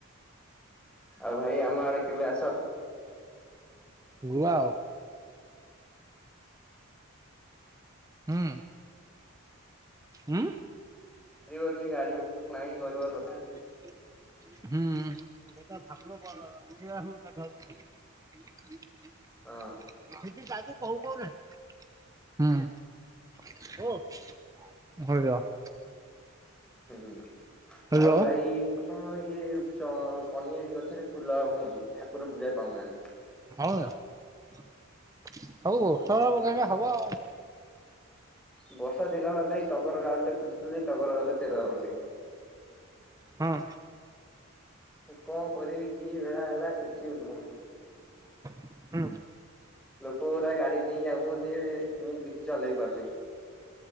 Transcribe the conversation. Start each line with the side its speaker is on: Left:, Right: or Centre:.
Centre: ଆଉ ଭାଇ ଆମ ଆଡେ କେବେ ଆସ।
Right: ଗୁଆ ଆଉ। ହୁଁ ହୁଁ
Centre: ପାରୁନି ଗାଡ଼ି ଭଲ ନାହଁ ଗରିବ ଘର କଥା।
Right: ହୁଁ। ଉଠ ଆାଧର <unintelligible> ସେଠି ଯଜୁ
Centre: ହଁ।
Right: କହୁ କହୁ ନାହିଁ ହୁଁ। <inaudible>
Centre: ହୁଁ
Right: ହ୍ୟାଲୋ
Centre: ଆଉ ଭାଇ କଣ ଇଏ କନିଆର ଗଛରେ ଫୁଲ ହଉନି ଠାକୁର ପୂଜା ପାଉନାହାନ୍ତି।
Right: ହଁ ସବଔଷଧ ପକେଇବା ହବ ଆଉ।
Centre: ବର୍ଷା ଦିନ ହେଲାିଁ ଟଗର ଡାଲ ଟେ ପୋଥିଲ ଯେ ଟଗର କଥା ଚେର ଧରୁନେଇ।
Right: ହଁ।
Centre: କଣ କରିବି କି ବେଳା ହେଲା କିଛି ଉଧଉନି।
Right: ହୁଁ।
Centre: ଲୋକ ଗା ଗାଡି ନେଇ ଯାଉ ହୁନ୍ତି ଯେ ମୁଁ କିଛି ଚଲେଇ ପାରୁନି।